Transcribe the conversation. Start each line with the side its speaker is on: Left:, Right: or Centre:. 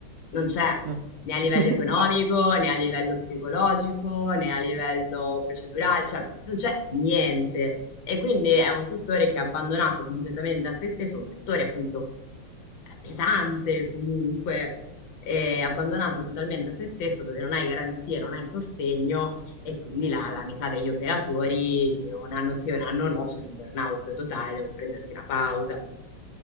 Left: non c'è
Right: no.
Left: né a livello
Right: <laughs> Infatti,
Left: economico, né a livello psicologico, né a livello procedurale, cioè non c'è niente. E quindi è un settore che è abbandonato completamente a se stesso, un settore appunto pesante comunque, eh, abbandonato totalmente a se stesso dove non hai garanzie, non hai sostegno e quindi la, la metà degli operatori un anno sì, un anno no, sono in burnout totale, devono prendersi una pausa.